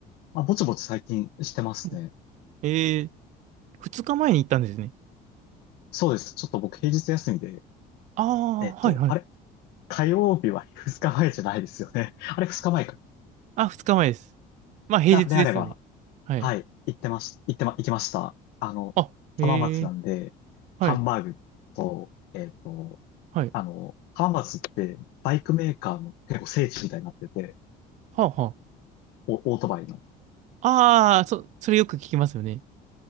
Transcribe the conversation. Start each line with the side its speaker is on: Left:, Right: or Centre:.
Left: まあぼちぼち最近してますね。
Right: うんえー、二日前に行ったんですね。
Left: そうです。ちょっと僕平日休みで、
Right: ああ、
Left: えっと、
Right: はい、はい。
Left: あれ火曜日は2日前じゃないですよね。<laughs> あれ2日前か。
Right: あ、二日前です。まあ、平日ですよね。
Left: だ、であれば、
Right: はい。
Left: はい、行ってまし、行ってま、行きました。あの、
Right: あ、へえ、
Left: 浜松なんで、
Right: はい、
Left: ハンバーグと、えっと、
Right: はい。
Left: あの、浜松ってバイクメーカーの結構聖地みたいになってて、
Right: はあ、は
Left: おオートバイの。
Right: あ。ああ、そ、それよく聞きますよね。